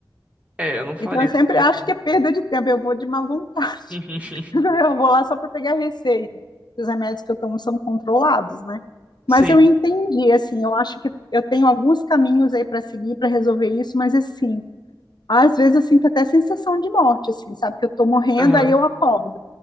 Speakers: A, on the right (about 15°); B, on the left (about 60°).
A: É, eu não faria
B: Então eu sempre
A: psiquiatria.
B: acho que é perda de tempo, eu vou de má vontade,
A: <laughs>
B: <laughs> eu vou lá só para pegar a receita. Os remédios que eu tomo são controlados, né? Mas
A: Sim.
B: eu entendi, assim, eu acho que eu tenho alguns caminhos aí para seguir para resolver isso, mas assim, Às vezes eu sinto até sensação de morte, assim, sabe? Que eu tô morrendo,
A: Aham.
B: aí eu acordo.